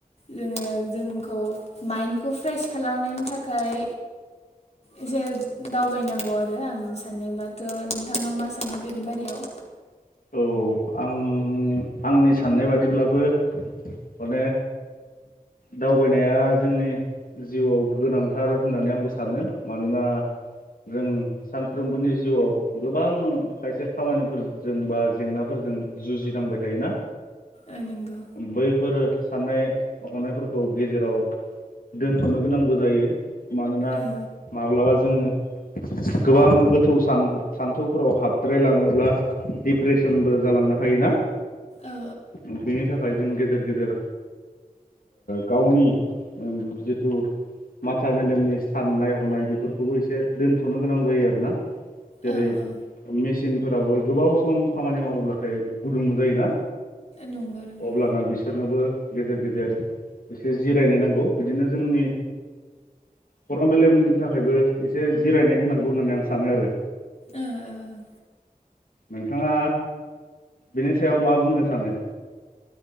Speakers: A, on the left; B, on the left.
A: जोङो जोंखौ माइन्डखौ फ्रेस खालामनायनि थाखाय एसे दावबायनांगौ आरो आंनि साननाय बा त नोंथाङा मा सानो बेनि बारायाव
B: औ आं आंनि साननाय बादिब्लाबो माने दावबायनाया जोंनि जिउआव गोनांथार होननानै आंबो सानो मानोना जों सानफ्रोमबोनि जिउआव गोबां खायसे खामानिफोर। जों बा जेंनाफोरजों जुजिनांबाय थायोना
A: ओ नंगौ
B: बैफोरो साननाय हनायफोरखौ गेजेराव दोनथ'नो गोनांबो जायो मानोना
A: ओ
B: माब्लाबा जोङो गोबां गोथौ सान्थौफोराव हाबद्रायलाङोब्ला दिडप्रेसनबो जालांनो हायोना
A: औ
B: बेनि थाखाय थाखाय जों गेजेर गेजेर गावनि जिथु माथा मेलेमनि साननाय हनाय बेफोरखौबो एसे दोनथ'नो गोनां जायो आरोना जेरै
A: औ औ
B: मेसिनफोराबो गोबाव सम खामानि मावोब्लाथाय गुदुं जायोना।
A: नंगौ नंगौ
B: अब्लाना बिसोरनोबो गेजेर गेजेर एसे जिरायनाय नांगौ बिदिनो जोंनि खर' मेलेमनि थाखायबो एसे जिरायनाय होनांगौ होननानै आं सानो आरो।
A: ओ ओ
B: नोंथाङा बेनि सायाव मा बुंनो सानो